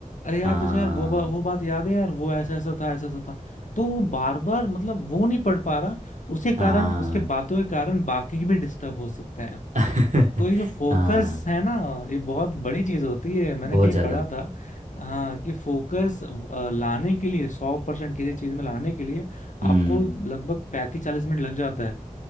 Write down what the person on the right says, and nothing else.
हाँ
हाँ
<laughs>
हाँ
बहुत
ज्यादा
हम्म